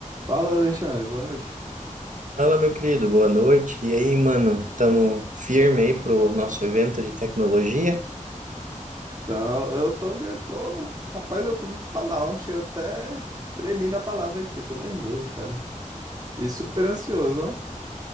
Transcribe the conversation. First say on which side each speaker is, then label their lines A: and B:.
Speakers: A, on the right; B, on the right.
A: Fala, Alexandre, boa noite.
B: Fala, meu querido, boa noite. E aí, mano, tamo firme aí pro nosso evento de tecnologia?
A: Então, eu tô, me- tô, rapaz, eu tô, vou te falar, ó, chega até tremi na palavra aqui, eu tô nervoso, cara. E super ansioso, ó.